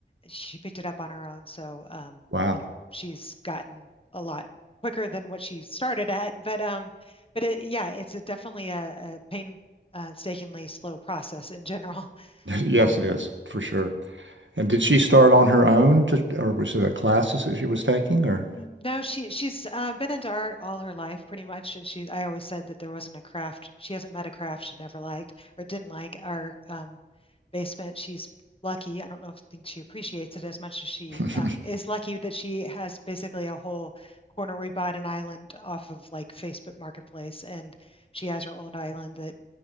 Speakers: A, on the left; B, on the right.
A: she picked it up on her own. So, um,
B: Wow.
A: you know,
B: <laughs>
A: she's gotten a lot quicker than what she started at. But, um, but it, yeah, it's a, definitely a, a painstakingly slow process in general. <laughs>
B: Yes,
A: Um,
B: it is for sure. And did she start on her own to, or was it a classes that she was taking or?
A: N- No, she she's uh, been into art all her life, pretty much. And she, I always said that there wasn't a craft. She hasn't met a craft she never liked or didn't like. Our um, basement, she's lucky. I don't know if think she appreciates it as much as she
B: <laughs>
A: um, is lucky that she has basically a whole corner. We bought an island off of like Facebook Marketplace, and she has her own island that